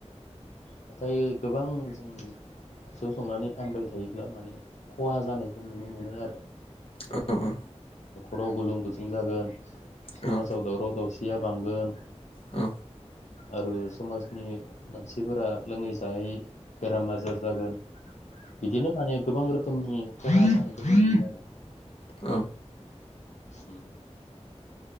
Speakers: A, on the left (about 85°); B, on the left (about 55°).
A: नाथाय गोबां जों जौ संनानै फानबाय थायोब्ला माने खहा जानायखौ नुनो मोनो आरो
B: औ औ
A: न'खराव गुलुं गुजुं जागोन समाजाव
B: औ
A: दावराव दावसिया बांगोन
B: औ
A: आरो समाजनि मानसिफोरा लोङै जायै बेराम आजार जागोन बिदिनो माने गोबां रोखोम रोखोमनि खहा जानायखौ आरो
B: औ
A: उम